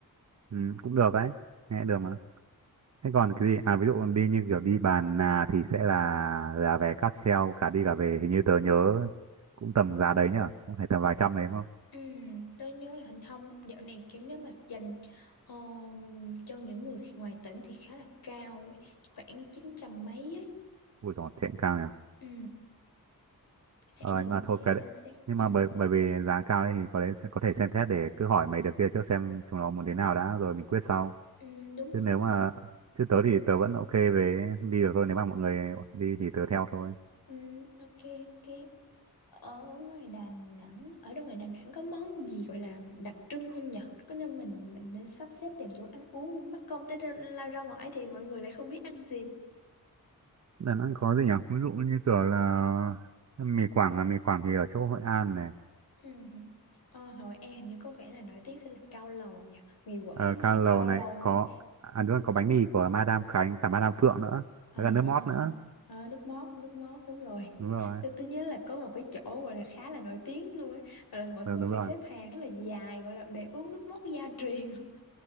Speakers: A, on the right (about 50°); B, on the left (about 85°).
A: Ừ, cũng được đấy, nghe được mà. Thế còn cái gì? À ví dụ đi như kiểu đi bàn là thì sẽ là là vé cáp treo cả đi cả về hình như tớ nhớ cũng tầm giá đấy nhở, cũng phải tầm vài trăm đấy đúng không?
B: Ừ, tôi nhớ là hình thông dạo này kiểu nếu mà dành ờm, cho những người ngoài tỉnh thì khá là cao ấy, khoảng 900 mấy ấy.
A: Ui dồi, thế cũng cao nhở.
B: Ừ, có thể
A: Ờ
B: là
A: nhưng mà thôi
B: có thể xem
A: cái đấy.
B: xét.
A: Nhưng
B: Ừ,
A: mà bởi bởi vì giá cao ấy thì có lẽ sẽ- có thể xem xét để cứ hỏi mấy đứa kia trước xem chúng nó muốn thế nào đã rồi mình quyết sau.
B: ừ, đúng
A: chứ
B: rồi,
A: nếu
B: đúng
A: mà
B: rồi.
A: chứ tớ thì tớ vẫn ok về đi được thôi nếu mà mọi người đi thì tớ theo thôi
B: Ừ, ok, ok. Ở ngoài Đà Nẵng, ở đâu ngoài Đà Nẵng có món gì gọi là đặc trưng không nhở? Có nên mình mình nên sắp xếp tìm chỗ ăn uống, mắc công tới ra, la ra ngoài thì mọi người lại không biết ăn gì.
A: Đà Nẵng có gì nhỉ ví dụ như kiểu là mì Quảng à mì Quảng thì ở chỗ Hội An này
B: Ừ. Ờ, Hội An hình như có vẻ là nổi tiếng sẽ là cao lầu nha mì Quảng
A: ờ,
B: này
A: Cao Lầu
B: cao
A: này
B: lầu
A: có
B: này
A: à đúng rồi có bánh mì của Madame Khánh cả Madame Phượng nữa
B: à,
A: với cả nước mót nữa
B: à, nước mót nước mót đúng rồi
A: đúng rồi
B: <laughs> tôi tôi nhớ là có một cái chỗ gọi là khá là nổi tiếng luôn ấy gọi là mọi người
A: đúng, đúng
B: phải
A: rồi
B: xếp hàng rất là dài gọi là để uống nước mót gia <laughs> truyền luôn